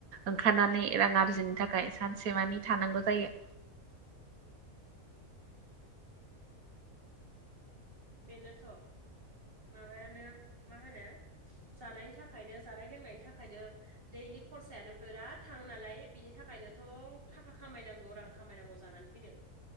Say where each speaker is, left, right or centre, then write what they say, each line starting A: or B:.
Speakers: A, on the right; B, on the right.
A: ओंखारनानै रां आरजिनो थाखाय सानसेमानि थानांगौ जायो।
B: बेनोथ' माबायानो मा होनो? जानायनि थाखायनो जानाय लोंनायनि थाखायनो दैलिख खरसायानो बिराद थांङो नालाय बिनि थाखायनोथ' थाखा खामायनांगौ रां खामायनांगौ जानानै फैदों।